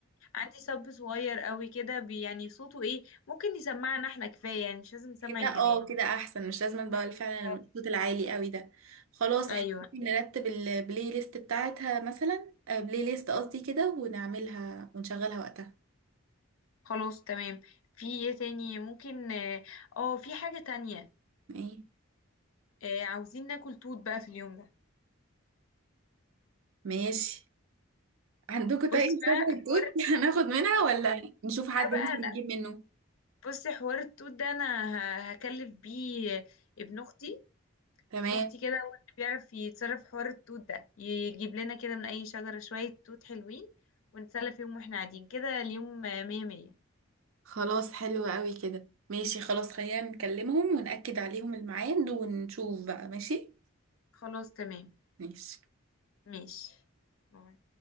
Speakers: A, on the left; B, on the right.
A: عندي صب صغير قوي كده بي- يعني صوته ايه ممكن يسمعنا احنا كفاية يعني مش لازم نسمع
B: كده
A: الجيران
B: اه كده احسن مش لازم بقى فعلا
A: آه.
B: الصوت العالي قوي ده خلاص
A: ايوه
B: احنا ممكن نرتب البلاي ليست بتاعتها مثلا آه، بلاي ليست قصدي كده ونعملها ونشغلها وقتها
A: خلاص تمام في ايه تاني ممكن اه آه، في حاجة تانية
B: ايه
A: آه عاوزين ناكل توت بقى في اليوم ده
B: ماشي عندكم
A: بصي
B: طيب
A: بقى
B: شجرة توت
A: حوار
B: <laughs> هناخد منها ولا نشوف حد
A: ده بقى
B: ممكن نجيب
A: لا
B: منه
A: بصي حوار التوت ده انا ه- هكلف بيه ابن اختي
B: تمام
A: ابن اختي كده هو اللي بيعرف يتصرف في حوار التوت ده يجيب لنا كده من اي شجرة شوية توت حلوين ونتسلى فيهم واحنا قاعدين كده اليوم آه، مية مية
B: خلاص حلو قوي كده ماشي خلاص خلينا نكلمهم ونأكد عليهم الميعاد ونشوف بقى ماشي
A: خلاص تمام
B: ماشي
A: ماشي باي.